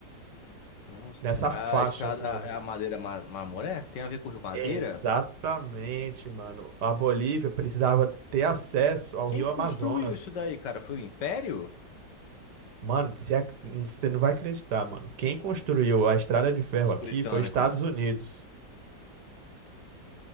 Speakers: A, on the left; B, on the right.
A: Nossa,
B: nessa faixa
A: a estrada,
B: assim, mais ou
A: é
B: menos.
A: a Madeira Mar- Marmoré? Tem a ver com o Rio Madeira?
B: Exatamente, mano. A Bolívia precisava ter acesso ao
A: Quem
B: Rio
A: que
B: Amazonas.
A: construiu isso daí, cara? Foi o Império?
B: Mano, você ac- você não vai acreditar, mano. Quem construiu a estrada de ferro
A: Os
B: aqui
A: britânicos?
B: foi os Estados Unidos.